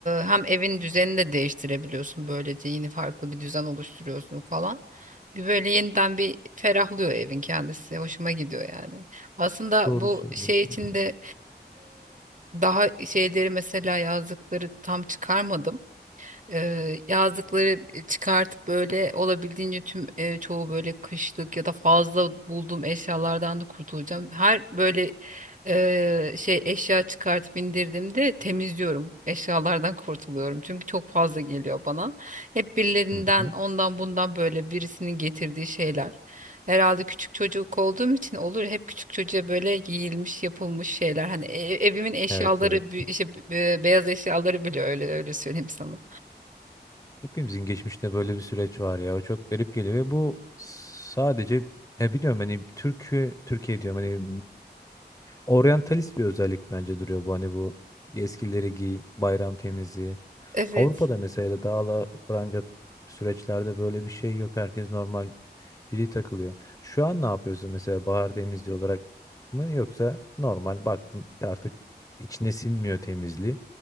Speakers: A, on the right; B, on the left.
A: hem evin düzenini de değiştirebiliyorsun böylece yeni farklı bir düzen oluşturuyorsun falan. Bir böyle yeniden bir ferahlıyor evin kendisi. Hoşuma gidiyor yani. Aslında
B: Doğru
A: bu
B: söylüyorsun.
A: şey içinde daha şeyleri mesela yazdıkları tam çıkarmadım e, yazdıkları çıkartıp böyle olabildiğince tüm e, çoğu böyle kışlık ya da fazla bulduğum eşyalardan da kurtulacağım. Her böyle e, şey eşya çıkartıp indirdiğimde temizliyorum. Eşyalardan kurtuluyorum. Çünkü çok fazla geliyor bana. Hep birilerinden
B: Hı hı.
A: ondan bundan böyle birisinin getirdiği şeyler. Herhalde küçük çocuk olduğum için olur. Hep küçük çocuğa böyle giyilmiş, yapılmış şeyler. Hani e- e, evimin eşyaları,
B: Evet evet.
A: bü- işte b- e, beyaz eşyaları bile öyle öyle söyleyeyim sana.
B: Hepimizin geçmişte böyle bir süreç var ya. O çok garip geliyor ve bu sadece ya biliyorum hani Türkiye Türkiye diyorum hani oryantalist bir özellik bence duruyor bu hani bu eskileri giy, bayram temizliği.
A: Evet.
B: Avrupa'da mesela dağla la süreçlerde böyle bir şey yok. Herkes normal free takılıyor. Şu an ne yapıyorsun mesela bahar temizliği olarak mı yoksa normal baktın artık içine sinmiyor temizliği.